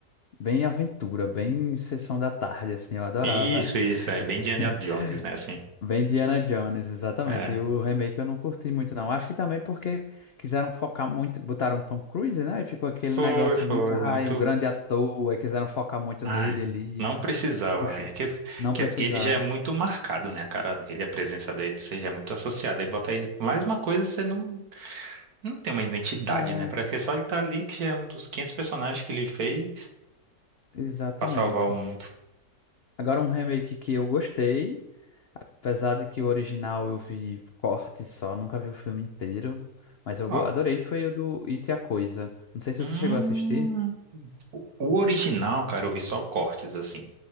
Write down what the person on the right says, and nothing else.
Isso, isso, é
bem Indiana Jones, né? Assim,
É,
foi,
foi,
muito.
Ai,
não
precisava.
É que,
que
aquele já é muito marcado, né? A cara dele, a presença dele, você já é muito associado. Aí bota ele mais uma coisa, você não, não tem uma identidade,
né? Parece que é só ele tá ali, que já é um dos 500 personagens que ele fez
pra salvar o mundo.
Ó.
Hum,
o original, cara, eu vi só cortes assim.